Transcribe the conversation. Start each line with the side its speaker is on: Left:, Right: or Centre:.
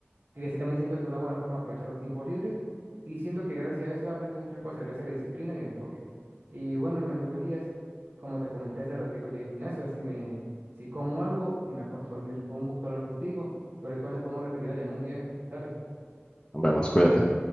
Right: que sí también siento que es una buena forma de aprovechar los tiempos libres y siento que gracias a eso he aprendido muchas cosas, gracias a la disciplina y el enfoque. Y bueno, mi amigo Elías, como te comenté hace ratico, llegué al gimnasio a ver si me, si como algo y me acuesto a dormir. Fue un gusto hablar contigo. Cualquier cosa podemos repetir la llamada un día de esto. Dale.
Left: Nos vemos, cuídate.